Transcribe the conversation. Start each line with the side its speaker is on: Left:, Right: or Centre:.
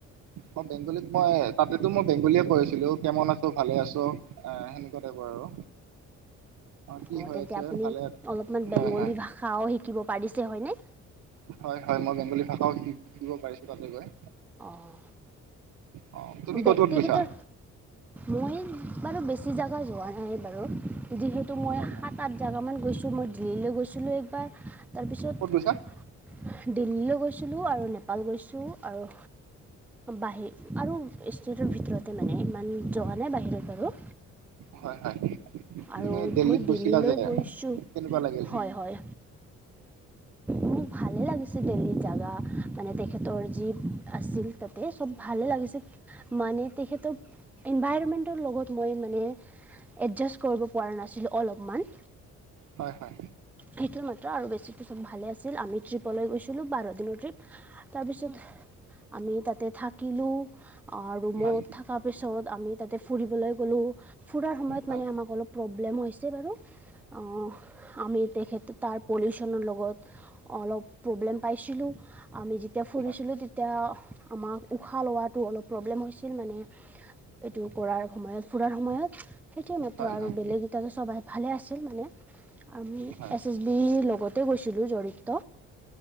Right: অ' বেংগলীত মই তাতেতো মই বেংগলীয়ে কৈছিলো কেমন আছ ভালে আছ আহ সেনেকুৱা টাইপৰ আৰু কি
Centre: অ'
Right: হৈ
Centre: তেন্তে
Right: আছে
Centre: আপুনি
Right: ভালে
Centre: অলপমান
Right: হয়
Centre: বেংগলী
Right: হয়
Centre: ভাষাও শিকিব পাৰিছে হয়নে
Right: হয় হয় মই বেংগলী ভাষাও শিকিব পাৰিছো তাতে গৈ
Centre: অ'
Right: অ তুমি
Centre: বে
Right: ক'ত ক'ত
Centre: তেখেতৰ
Right: গৈছা
Centre: মই বাৰু বেছি জেগা যোৱা নাই বাৰু যিহেতু মই
Right: হয় হয়
Centre: সাত আঠ জাগা মান গৈছো মই দিল্লীলৈ গৈছ ছিলোঁ একবাৰ তাৰপিছত
Right: ক'ত গৈছা
Centre: দিল্লীলৈ গৈছিলোঁ আৰু নেপাল গৈছোঁ আৰু বাহিৰ আৰু ষ্টেটৰ ভিতৰতে মানে ইমান জৱা নাই বাহিৰত বাৰু
Right: হয় হয়।
Centre: আৰু
Right: তুমি দিল্লীত
Centre: মই
Right: গৈছিলা
Centre: দিল্লীলৈ
Right: যে
Centre: গৈছোঁ
Right: কেনেকুৱা লাগিল
Centre: হয় হয় মো ভালে লাগিছে দেল্লীৰ জাগা মানে তেখেতৰ যি আছিল তাতে চব ভালে লাগিছে মানে তেখেতৰ এনভাইৰণমেণ্টৰ লগত মই মানে এডজাষ্ট কৰিব পৰা নাছিলোঁ অলপমান
Right: হয় হয়।
Centre: সেইটো মাত্ৰ আৰু বেছিটো চব ভালে আছিল আমি ট্ৰিপলৈ গৈছিলোঁ বাৰ দিনৰ ট্ৰিপ তাৰপিছত আমি তাতে থাকিলোঁ আ ৰুমত
Right: হয়
Centre: থকাৰ পিছত আমি তাতে ফুৰিবলৈ গ'লোঁ ফুৰাৰ সময়ত
Right: হয়
Centre: মানে আমাক অলপ প্ৰব্লেম হৈছে বাৰু অহ আমি তেখেত তাৰ পলিউচনৰ লগত অলপ প্ৰব্লেম পাইছিলোঁ আমি যি তিয়া ফুৰিছিলোঁ
Right: হয়
Centre: তেতিয়া আমাক উশাহ লৱাটো অলপ প্ৰব্লেম হৈছিল মানে এইটো কৰাৰ সময়ত ফুৰাৰ সময়ত সেইটোৱে মাত্ৰ
Right: হয়
Centre: আৰু
Right: হয়
Centre: বেলেগেইটা সবাই ভালে আছিল মানে আমি
Right: হয়
Centre: আমি লগতে গৈছিলো জঢ়িত